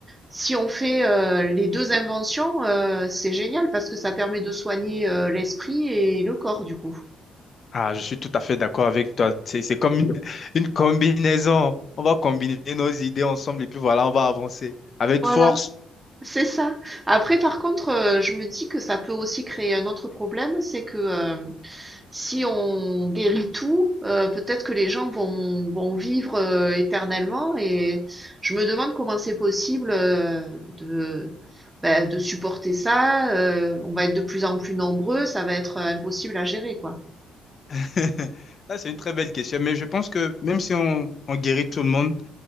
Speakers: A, on the right (about 15°); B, on the left (about 50°).
A: si on fait euh, les deux inventions, euh, c'est génial parce que ça permet de soigner euh, l'esprit et le corps, du coup.
B: Ah, je suis tout à fait d'accord avec toi. C'est, c'est comme une, <laughs> une combinaison. On va combiner nos idées ensemble et puis voilà, on va avancer avec
A: Voilà,
B: force.
A: c'est ça. Après, par contre, euh, je me dis que ça peut aussi créer un autre problème, c'est que euh, si on guérit tout, euh, peut-être que les gens vont, vont vivre euh, éternellement et je me demande comment c'est possible euh, de, ben, de supporter ça. euh, on va être de plus en plus nombreux, ça va être euh, impossible à gérer, quoi.
B: <laughs> Là, c'est une très belle question, mais je pense que même si on, on guérit tout le monde,